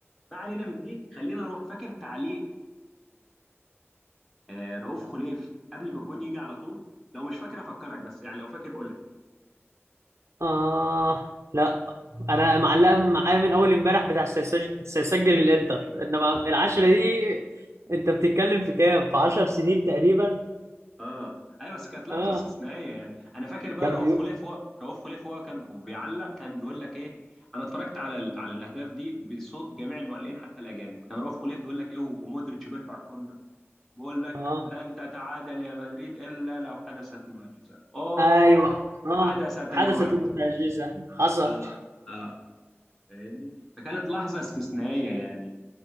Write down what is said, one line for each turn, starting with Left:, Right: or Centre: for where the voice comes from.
Centre: ما علينا من دي خلينا نروح فاكر تعليق آه، رؤوف خليف قبل ما الجون يجي على طول لو مش فاكر افكرك بس يعني لو فاكر قولها
Right: اه لا انا معلقة معايا من اول امبارح بتاع سيسج- سيسجل الانتر انما العشرة دي انت بتتكلم في كام في عشر سنين تقريبا
Centre: اه ايوه بس كانت لحظه
Right: اه
Centre: استثنائيه يعني انا فاكر بقى
Right: كان
Centre: رؤوف
Right: بيقول
Centre: خليف هو رؤوف خليف هو كان بيعلق كان بيقول لك ايه انا اتفرجت على ال... على الاهداف دي بصوت جميع المعلقين حتى الاجانب كان رؤوف خليف بيقول لك ايه و- ومودريتش بيرفع الكورنر بيقول لك
Right: اه
Centre: لن تتعادل يا مدريد الا لو حدثت معجزه اوه
Right: ايوه اه
Centre: حدثت
Right: حدثت
Centre: المعجزه
Right: المتعجزة حصل
Centre: اه اه فاهمني فكانت لحظه استثنائيه يعني